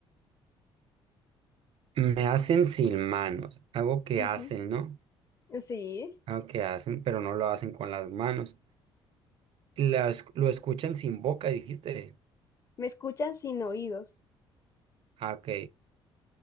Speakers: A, on the right; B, on the left.
A: me hacen sin manos. Algo que
B: Ujú.
A: hacen, ¿no?
B: Sí,
A: Algo que hacen, pero no lo hacen con las manos. Las- lo escuchan sin boca, dijiste.
B: me escuchan sin oídos
A: Ah, ok.